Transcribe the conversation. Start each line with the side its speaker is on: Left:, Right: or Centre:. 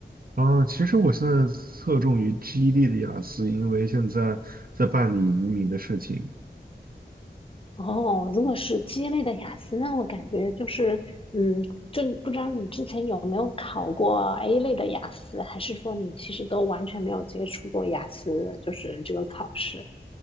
Right: 啊，其实我现在侧重于 g e D 的雅思，因为现在在办理移民的事情
Left: 哦，如果是 G 类的雅思，那我感觉就是嗯，就不知道你之前有没有考过 A 类的雅思，还是说你其实都完全没有接触过雅思，就是这个考试？